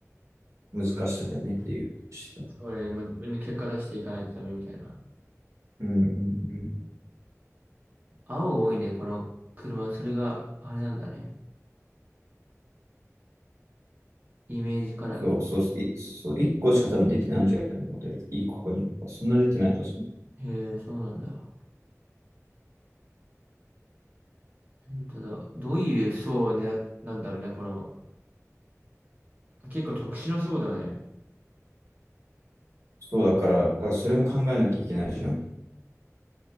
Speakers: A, on the right (about 65°); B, on the right (about 30°).
A: 難しさだよねっていうしてた。
B: そうね。もう自分で結果出していかないとダメみたいな。
A: うんうんうん。
B: 青が多いね、この車。それがあれなんだね。イメージカラーみたい
A: そうそうそう。いそう、1個しか多分出てないんじゃないのモデル。1個か2個か。そんな出てないはず。
B: な。へえ、そうなんだ。本当だ。どういう層を狙っなんだろうね、この。結構特殊な層だよね。
A: そうだから、だからそれも考えなきゃいけないじゃん。